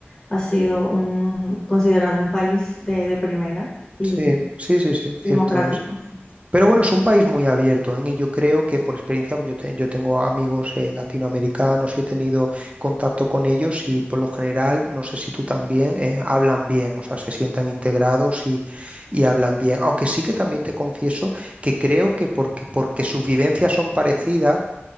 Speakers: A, on the left; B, on the right.
A: ha sido un, considerado un país de, de primera y,
B: sí, sí, sí, sí,
A: y
B: cierto
A: democrático.
B: es. Pero bueno,
A: Ujú.
B: es un país muy abierto, ¿eh? Y yo creo que por experiencia, pues yo, te- yo tengo amigos eh, latinoamericanos y he tenido contacto con ellos y por lo general, no sé si tú también, eh, hablan bien, o sea, se sientan integrados y, y hablan bien. Aunque sí que también te confieso que creo que porque, porque sus vivencias son parecidas,